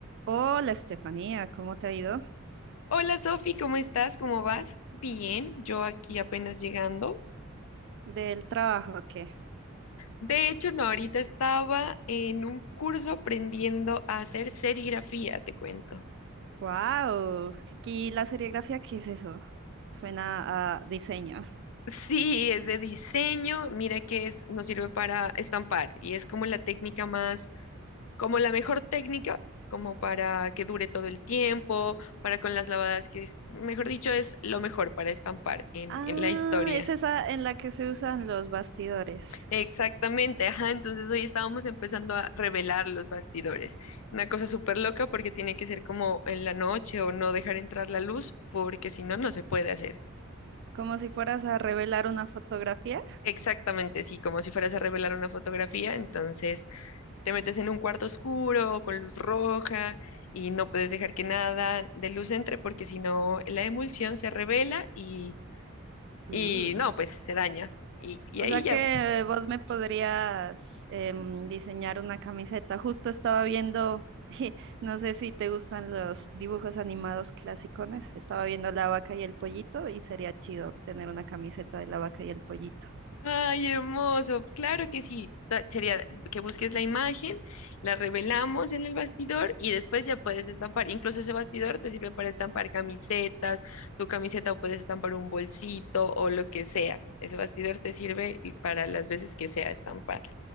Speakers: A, on the right (about 55°); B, on the left (about 75°).
A: Hola Estefanía, ¿cómo te ha ido?
B: Hola Sofi, ¿cómo estás? ¿Cómo vas? Bien, yo aquí apenas llegando.
A: ¿Del trabajo o qué?
B: De hecho, no, ahorita estaba en un curso aprendiendo a hacer serigrafía, te cuento. <laughs>
A: ¡Wow! ¿Y la serigrafía qué es eso? Suena a diseño.
B: Sí, es de diseño, mira que es, nos sirve para estampar y es como la técnica más, como la mejor técnica, como para que dure todo el tiempo, para con las lavadas que, mejor dicho, es lo mejor para estampar en
A: Ah,
B: en la historia.
A: es esa en la que se usan los bastidores,
B: Exactamente, ajá, entonces hoy estábamos empezando a revelar los bastidores. Una cosa súper loca porque tiene que ser como en la noche o no dejar entrar la luz porque si no, no se puede hacer.
A: como si fueras a revelar una fotografía.
B: Exactamente, sí, como si fueras a revelar una fotografía, entonces te metes en un cuarto oscuro con luz roja y no puedes dejar que nada de luz entre porque si no, la emulsión se revela y, y
A: Uh.
B: no, pues se daña. Y, y
A: O
B: ahí
A: sea
B: ya
A: que vos me podrías em, diseñar una camiseta. Justo estaba viendo, <laughs> no sé si te gustan los dibujos animados clasicones. Estaba viendo La Vaca y el Pollito y sería chido tener una camiseta de La Vaca y el Pollito.
B: Ay, hermoso. Claro que sí. Sa- Sería que busques la imagen, la revelamos en el bastidor y después ya puedes estampar. Incluso ese bastidor te sirve para estampar camisetas, tu camiseta o puedes estampar un bolsito o lo que sea. Ese bastidor te sirve para las veces que sea estampar.